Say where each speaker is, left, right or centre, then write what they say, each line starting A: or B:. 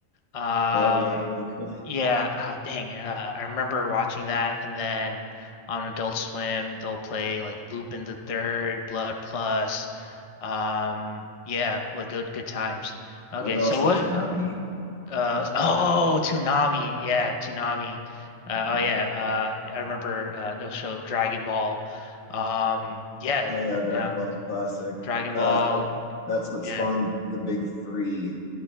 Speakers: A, on the left; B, on the left.
A: Um,
B: Oh yeah, really cool.
A: yeah, ah, dang, uh, I remember watching that, and then on Adult Swim, they'll play like Lupin the Third, Blood Plus. Um, yeah, like good good times. Okay,
B: There was also
A: so what?
B: Tsunami.
A: Uh, oh, Toonami, yeah, Toonami.
B: Mhm.
A: Uh, oh yeah, uh, I remember uh, they'll show Dragon Ball. Um, yeah,
B: Oh yeah, Dragon
A: yeah,
B: Ball's a classic.
A: Dragon
B: Uh
A: Ball.
B: that's what
A: Yeah,
B: spawned the big three,